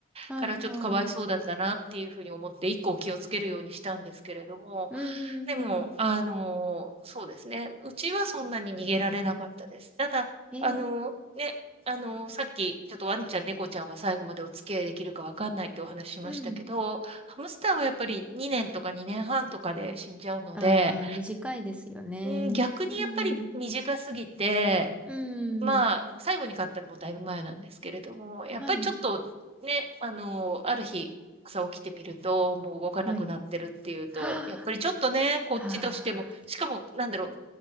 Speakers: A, in the centre; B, on the right (about 30°).
A: はいはい、
B: からちょっとかわいそうだったなっていうふうに思って、以降気をつけるようにしたんですけれども、
A: うん、
B: でも、あのーそうですね。うちはそんなに逃げられなかったです。ただ、
A: えー、
B: あのーね、あのーさっき、ちょっとワンちゃん、猫ちゃんは最後までお付き合いできるかわかんないってお話ししましたけど、
A: うん。
B: ハムスターはやっぱり2年とか2年半とかで死んじゃうので、
A: ああ、短いですよね。
B: うん、逆にやっぱり短すぎて、
A: うん、うん、
B: まあ、最後に買ったのもだいぶ前なんですけれども、やっぱりちょっとね、
A: はい、
B: あの、ある日、朝起きてみると、もう動かなくなってるっていうと、
A: はい。は
B: やっぱりちょっとね、こっちとしても、
A: あ、は
B: しかも、なんだろう、